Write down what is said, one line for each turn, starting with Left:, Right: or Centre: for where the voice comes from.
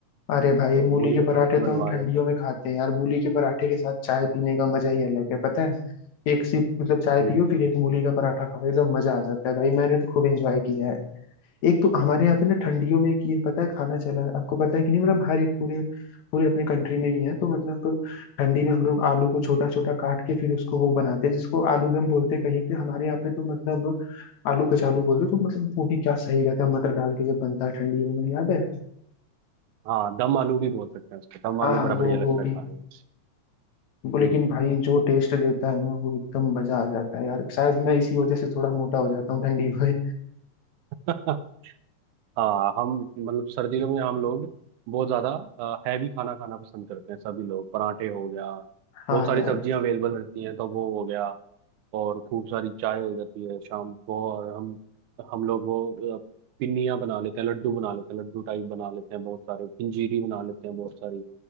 Left: अरे भाई
Right: तो
Left: मूली
Right: मूली
Left: के
Right: के
Left: पराठे
Right: पराठे
Left: तो
Right: बनवा
Left: हम ठंडियों
Right: लेते हैं
Left: में खाते हैं यार मूली के पराठे के साथ चाय पीने का मजा ही अलग है पता है एक सिप मतलब चाय
Right: हम्म
Left: पियो फिर एक मूली का पराठा खाओ एकदम मजा आ जाता है भाई मैंने तो खूब इंजॉय किया है एक तो हमारे यहाँ पे ना ठंडियों में एक ये पता है खाना चला है आपको पता है कि नहीं मतलब हर एक पूरे पूरे अपने कंट्री में ही है तो मतलब ठंडी में हम लोग आलू को छोटा छोटा काट के फिर उसको वो बनाते हैं जिसको आलू दम बोलते हैं कहीं पे हमारे यहाँ पे तो मतलब आलू कचालू बोलते हैं, तो मतलब वो भी क्या सही रहता है मटर डाल के जब बनता है ठंडियों में याद है
Right: हाँ दम आलू भी बोल सकते हैं उसको दम
Left: हाँ
Right: आलू
Left: हाँ
Right: बड़ा बढ़िया
Left: वो
Right: लगता
Left: वो
Right: है
Left: भी
Right: खाने में
Left: वो लेकिन
Right: हम्म
Left: भाई जो टेस्ट देता है ना वो एकदम मजा आ जाता है यार शायद मैं इसी वजह से थोड़ा मोटा हो जाता हूँ ठंडी में
Right: <laughs> हाँ हम मतलब सर्दियों में हम लोग बहुत ज्यादा हैवी खाना खाना पसंद करते हैं सभी लोग पराठे हो गया
Left: हाँ
Right: बहुत सारी
Left: यार
Right: सब्जियां अवेलेबल रहती हैं तो वो हो गया और खूब सारी चाय हो जाती है शाम को और हम हम लोग वो अ, पिन्नियाँ बना लेते हैं लड्डू बना लेते हैं लड्डू टाइप बना लेते हैं बहुत सारे पंजीरी बना लेते हैं बहुत सारी